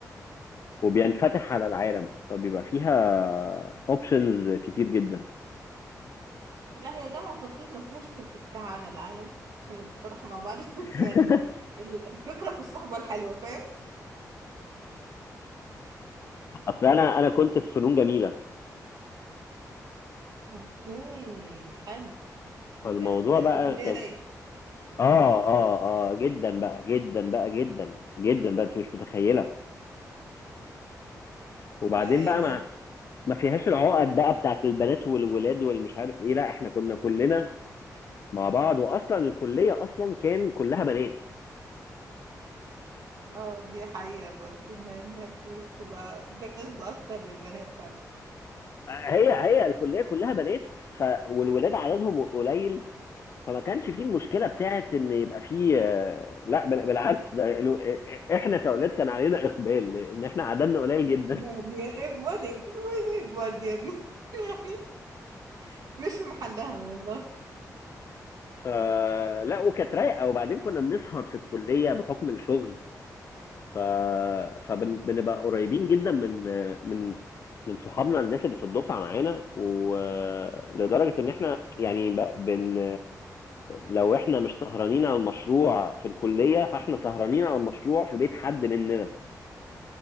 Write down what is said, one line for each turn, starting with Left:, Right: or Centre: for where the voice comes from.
Left: وبينفتح على العالم فبيبقى فيها اوبشنز كتير جدا
Right: لا هي جامعة أسيوط ما فيهاش انفتاح على العالم عشان نبقى صراحة مع بعض <laughs> بس
Left: <laughs>
Right: يعني ال- الفكرة في الصحبة الحلوة فاهم
Left: اصل انا انا كنت في فنون جميله
Right: اوكي حلو
Left: فالموضوع
Right: ده, ده
Left: بقى
Right: دي كلية
Left: كان
Right: رايقة
Left: اه اه اه جدا بقى جدا بقى جدا جدا بقى انت مش متخيله وبعدين
Right: لا يعني
Left: بقى ما
Right: يعني
Left: ما فيهاش العقد بقى بتاعت البنات والولاد والمش عارف ايه لا احنا كنا كلنا مع بعض واصلا الكليه اصلا كان كلها بنات
Right: اه دي حقيقة برضو ان إن هي بت- بتبقى جذبة اكتر للبنات فعلا
Left: هي هي الكليه كلها بنات ف والولاد عددهم قليل فما كانش فيه المشكله بتاعت ان يبقى فيه آه، لا بال- بالعكس ده ال- احنا كاولاد كان علينا اقبال ان احنا عددنا قليل
Right: اقبل
Left: جدا
Right: يا اقبل اقبل اقبل دي يا ابني <laughs> مش محلها والله
Left: فلا وكانت رايقه وبعدين كنا بنسهر في الكليه بحكم الشغل ف... فبنبقى قريبين جدا من من من صحابنا الناس اللي في الدفعه معانا ولدرجه ان احنا يعني ب- بن لو احنا مش سهرانين على المشروع في الكليه فاحنا سهرانين على المشروع في بيت حد مننا